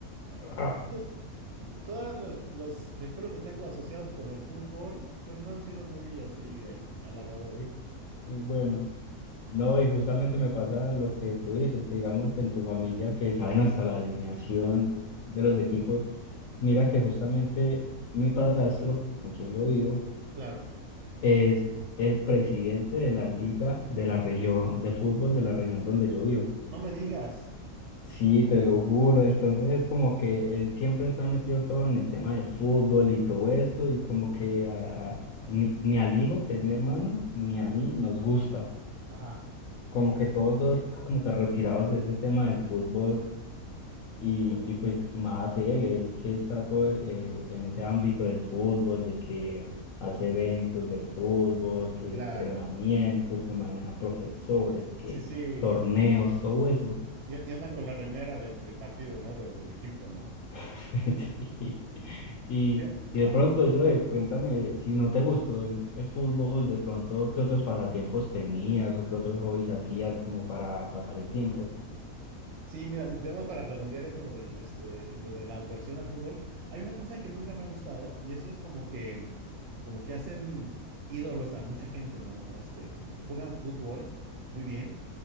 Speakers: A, on the right; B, on the left.
A: mal.
B: Ah,
A: Entonces, todos los, los recuerdos que tengo asociados con el fútbol, pues no han sido muy así eh, halagadores.
B: y- y bueno. No, y justamente me pasa lo que tú dices, que digamos que en tu familia que saben hasta la alineación de los equipos, mira que justamente mi padrastro, con quien yo vivo,
A: Claro.
B: es el presidente de la liga de la región de fútbol de la región donde yo vivo.
A: No me digas.
B: Sí, te lo juro, entonces es como que él siempre está metido todo en el tema del fútbol y todo esto, y como que a- a- ni, ni al hijo, que es mi hermano, ni a
A: Sí.
B: mí nos gusta.
A: Ajá.
B: como que todos dos como que retirados de ese tema del fútbol y, y pues más él, él que está todo eh, en ese ámbito del fútbol, de que hace eventos de fútbol,
A: Sí.
B: que entrenamientos,
A: Claro.
B: que maneja profesores, que
A: Sí, sí.
B: torneos, todo eso.
A: Y, y andan con la remera del, del partido, ¿no? De- del equipo, ¿no?
B: <laughs> Sí. Y,
A: Mira,
B: y de
A: ajá.
B: pronto, yo cuéntame, si no te gustó el, el fútbol, de pronto, ¿qué otros pasatiempos tenías o qué otros hobbies hacías como para pasar el tiempo?
A: Sí, mira, ya más para redondear eso, lo del, este, lo de la adversión al fútbol, hay una cosa que nunca me ha gustado y eso es como que, como que hacen ídolos a mucha gente, ¿no? Este, como que juegan fútbol muy bien